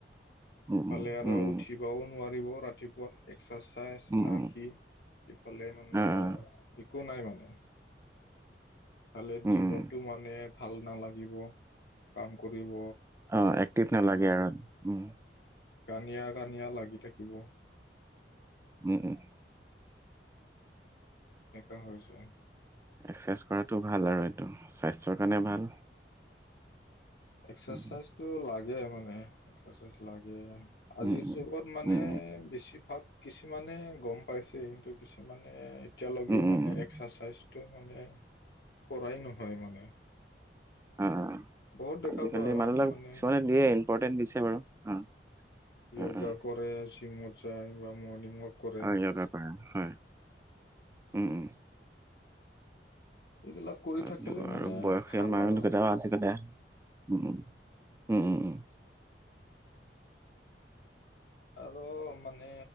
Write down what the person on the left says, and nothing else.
ইফালে
আৰু
উঠিবও নোৱাৰিব ৰাতিপুৱা এক্সাৰচাইজ
না
কি ইফালে মানে
একো নাই মানে। ইফালে
দিনতো
মানে ভাল নালাগিব কাম কৰিব।
বা
উম,
কানিয়া কানিয়া লাগি থাকিব।
ডেকা হৈ যায়।
এক্সেচাইজটো
লাগে মানে এক্সেচাইজ লাগে। আজিৰ
যুগত মানে
বেছিভাগ কিছুমানে গম পাইছে, কিন্তু কিছুমানে এতিয়ালৈকে
মানে
এক্স <unintelligible> চাইজটো মানে কৰাই নহয় মানে।
বহুত দেখা
পাওঁ আৰু
মানে
য়গা
কৰে, শ্ৰীমত যায় বা মৰ্ণিং ৱাক কৰে।
এইবিলাক কৰি
থাকিলে মানে
ভাল
আৰু
আৰু মানে